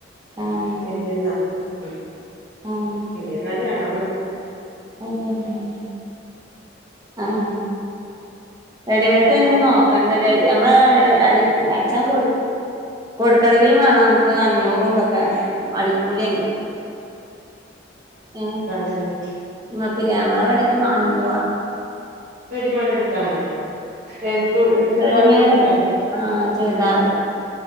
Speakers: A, on the right (about 20°); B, on the right (about 45°).
A: ആഹ്
B: വല്യര്നാക്കും എടുത്തു.
A: ആഹ്
B: വല്ല്യര്നാക്ക് രണ്ടെണ്ണട്
A: അയ്ശരിയാണ് ആഹ് റെഡിമെയ്ഡ്തന്നെത്
B: അതാ കോട്ട
A: നോ കണ്ടല്ല നഞമ്മള് അടി അട്ച്ചാൻ കൊടു കൊടുക്കണങ്കിലും വാണം. ഇപ്പൊ അഞ്ഞൂറുംതൊക്കെ
B: ഉം
A: അടിക്കൂലി തന്നെ ഉം.
B: അതന്നെ
A: ഇങ്ങക്ക്ലേ ഞങ്ങളെ ഇവിടയൊക്കെ അഞ്ഞൂറാ
B: റെഡിമേഡ് അടിക്കാനോ ഏ ചുരിദാറൊന്ന്
A: റെഡിമെയ്ഡ്
B: അടിക്കാനാ.
A: ആ ചുരിദാറ്